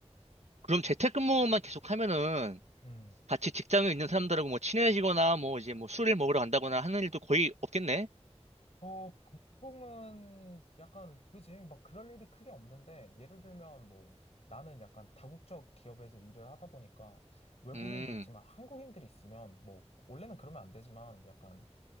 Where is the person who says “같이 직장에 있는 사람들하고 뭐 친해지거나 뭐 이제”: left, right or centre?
Right